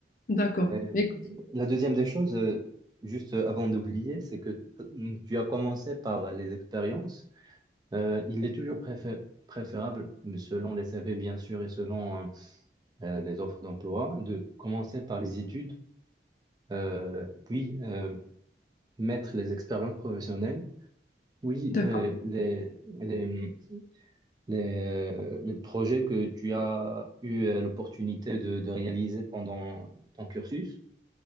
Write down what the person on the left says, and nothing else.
d'accord.
Et-
D'accord.